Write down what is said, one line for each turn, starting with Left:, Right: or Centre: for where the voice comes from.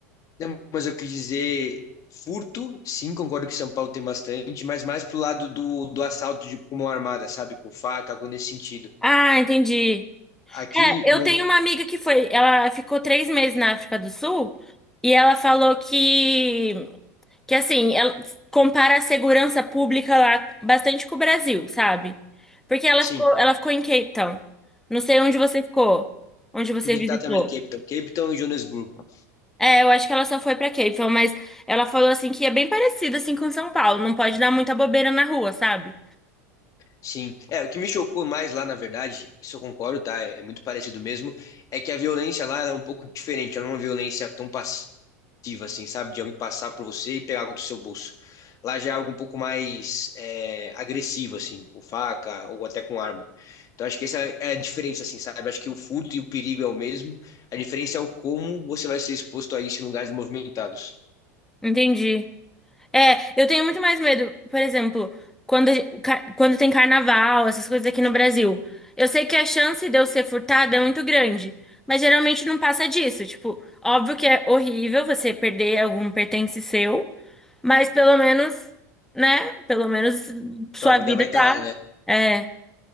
Left: não, mas eu quis dizer furto, sim, concordo que São Paulo tem bastante, mas mais pro lado do, do assalto de com mão armada, sabe? Com faca, algo nesse sentido.
Centre: Ah, entendi.
Left: Aqui,
Centre: É, eu
Left: no,
Centre: tenho uma amiga que foi, ela ficou três meses na África do Sul e ela falou que Que assim, ela compara a segurança pública lá bastante com o Brasil, sabe? Porque ela
Left: sim,
Centre: ficou, ela ficou em Cape Town. Não sei onde você ficou, onde você
Left: fui visitar
Centre: visitou.
Left: também Cape Town. Cape Town e Joanesburgo.
Centre: É, eu acho que ela só foi pra Cape Town, mas ela falou assim que é bem parecido assim com São Paulo, não pode dar muita bobeira na rua, sabe?
Left: Sim. É, o que me chocou mais lá, na verdade, isso eu concordo, tá? É, é muito parecido mesmo, é que a violência lá ela é um pouco diferente, ela não é uma violência tão passiva, assim, sabe? De alguém passar por você e pegar algo do seu bolso. Lá já é algo um pouco mais é, agressivo, assim, com faca ou até com arma. Então acho que essa é a diferença, assim, sabe? Acho que o furto e o perigo é o mesmo. A diferença é o como você vai ser exposto a isso em lugares movimentados.
Centre: Entendi. É, eu tenho muito mais medo, por exemplo, quando, a gen- ca- quando tem carnaval, essas coisas aqui no Brasil. Eu sei que a chance de eu ser furtada é muito grande, mas geralmente não passa disso. Tipo, óbvio que é horrível você perder algum pertence seu, mas pelo menos, né? Pelo menos sua
Left: Tua vida
Centre: vida
Left: vai estar
Centre: tá.
Left: lá, né?
Centre: É.